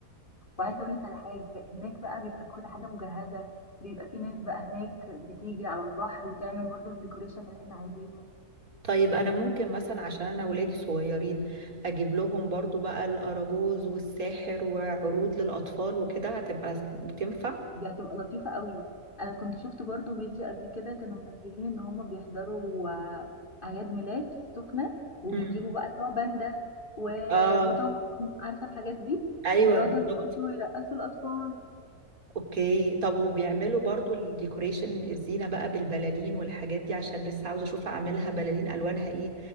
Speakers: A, on the left; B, on the right.
A: وعايزة اقول لك على حاجة هناك بقى بيبقى كل حاجة مجهزة بيبقى في ناس بقى هناك بتيجي على البحر وتعمل برضو الديكوريشن اللي احنا عايزينه
B: طيب انا ممكن مثلا عشان انا ولادي صغيرين اجيب لهم برضو بقى الاراجوز والساحر وعروض للأطفال وكده هتبقى بتنفع
A: دي هتبقى لطيفة قوي انا كنت شفت برضو فيديو قبل كده كانوا منزلين ان هم بيحضروا آه، اعياد ميلاد في السخنة وبيجيبوا
B: مم.
A: بقى اللي هو باندا و...
B: اه
A: وطم عارفة الحاجات دي
B: ايوه
A: وبيقعدوا
B: بالظبط
A: يرقصوا يرقصوا الاطفال
B: اوكي طب وبيعملوا برضو الديكوريشن الزينة بقى بالبلالين والحاجات دي عشان لسه عاوزة اشوف اعملها بلالين الوانها ايه